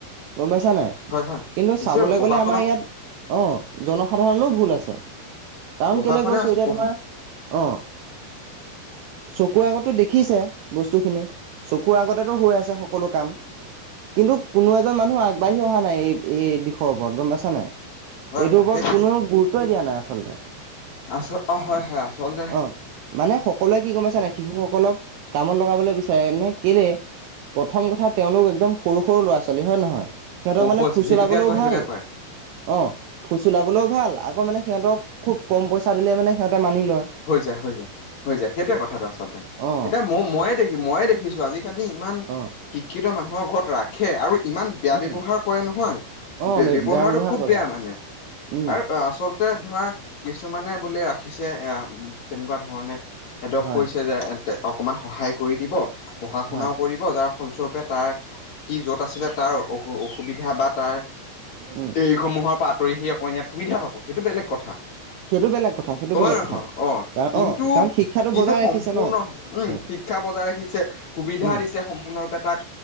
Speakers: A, on the right; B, on the left.
A: গম পাইছা নাই
B: হয় হয়
A: কিন্তু
B: নিশ্চয়
A: চাবলৈ
B: পঢ়া
A: গলে
B: শুনা
A: আমাৰ ইয়াত অ জনসাধাৰণো ভুল আছে কাৰণ
B: প্ৰশাসনে
A: কেলে কৈছো
B: আছো
A: এতিয়া তোমাৰ অ চকুৰ আগতো দেখিছে বস্তুখিনি চকুৰ আগতেো হৈ আছে সকলো কাম কিন্তু কোনো এজন মানুহ আগবাঢ়ি অহা নাই এই দিশৰ ওপৰত গম পাইছা নাই
B: হয়
A: এইটোৰ
B: হয়
A: ওপৰত
B: সেই
A: কোননেও গুৰুত্বই দিয়া নাই আচল্ততে
B: আছ অ হয় হয় আচম
A: অ' মানে সকলোৱে কি গমাইছে নাই শিশুসকলক কামত লগাবলৈ বিচাৰে মানে কেলে প্ৰথম কথা তেওঁলোক একদম সৰু সৰু ল'ৰা ছোৱালী হয় নে নহয় সিহঁতক
B: সৰু
A: মানে
B: সৰু
A: ফুচলাবলৈও
B: যিটোকে কয় সেইটোকে
A: ভাল
B: কয়
A: অ ফুচ ওলাবলৈও ভাল আকৌ মানে সিহঁতক খুব কম পইচা দিলে মানে সিহতে মানি ল
B: হৈ যায় হৈ যায় হৈ যায় সেইটোয়ে কথাটো আচল্ততে
A: অ'
B: এতিয়া মই ময়ে দেখি মইয়ে দেখিছো আজি আজ খালি ইমান
A: অ'
B: শিক্ষিত মানুহৰ ঘৰত ৰাখে আৰু ইমান বেয়া
A: উম
B: ব্য্য়ৱহাৰ কৰে নহয়
A: অ'
B: ব্যৱহাৰটো
A: বেয়া ব্যৱহাৰ
B: খুব
A: কৰে
B: বেয়া
A: অ'
B: মানে
A: উম
B: আৰু আচল ধৰা কিছুমানে বোলে ৰাখিছে এ তেনেকুৱা ধৰণে এডপট
A: হয়
B: কৰিছে যে অকমান সহায় কৰি দিব পঢ়া শুনাও
A: হয়
B: কৰিব যাৰ ফলস্বৰূপে তাৰ সি য'ত আছিলে তাৰ অ অসুবিধা বা তাৰ
A: উম
B: এই সমূহৰ পৰা আঁতৰি আহি আক ইাত সুবিধা পাব সেইটো বেলেগ কথা
A: সেইটো বেলেগ কথা সেইটো
B: হয়
A: বেলেগ কথা
B: নহয় অ
A: কাৰণ
B: কিন্তু
A: অ কাৰণ শিক্ষাটো
B: কিন্তু
A: বজাই ৰাখিছে
B: সম্পূৰ্ণ
A: ন
B: উম
A: লগতে
B: শিক্ষা বজাই ৰাখিছে সুবিধা
A: উম
B: দিছে সম্পূৰ্ণৰূপে তাক